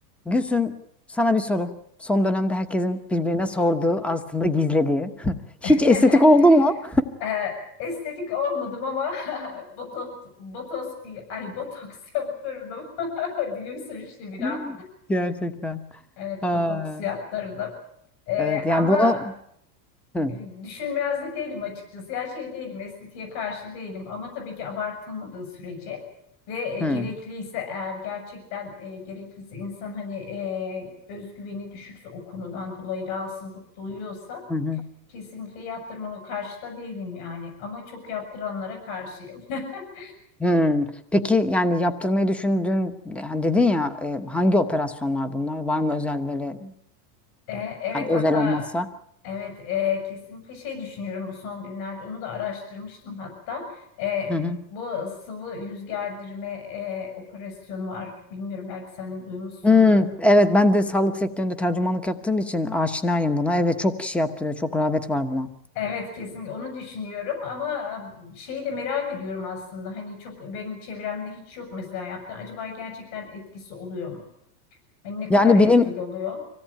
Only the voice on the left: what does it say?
<laughs>
Ee, Estetik olmadım ama <laughs> botot, botos, ay botoks <laughs> yaptırdım. <laughs> Dilim sürçtü bir
an.
Evet
botoks yaptırdım. Ee,
ama
e, düşünmez de değilim açıkçası. Ya şey değilim estetiğe karşı değilim ama tabii ki abartılmadığı sürece ve e,
gerekliyse eğer gerçekten e, gerekliyse insan hani e, özgüveni düşükse o konudan dolayı rahatsızlık duyuyorsa
Kesinlikle yaptırmalı karşıda değilim yani ama çok yaptıranlara karşıyım. <laughs>
E, evet
hatta
evet e, kesinlikle şey düşünüyorum bu son günlerde onu da araştırmıştım hatta. E,
bu sıvı yüz gerdirme e, operasyonu var. Bilmiyorum belki sen duymuşsundur.
Evet kesinlikle onu düşünüyorum ama e, şeyi de merak ediyorum aslında. Hani çok benim çevremde hiç yok mesela yaptı. Acaba gerçekten etkisi oluyor mu? Hani ne kadar
etkili
oluyor?